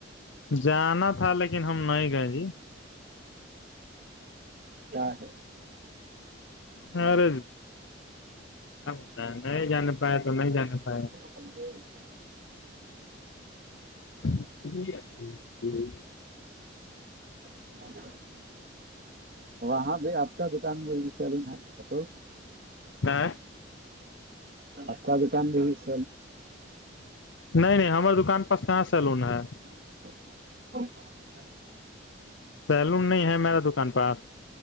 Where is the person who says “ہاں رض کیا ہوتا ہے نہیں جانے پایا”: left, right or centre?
Left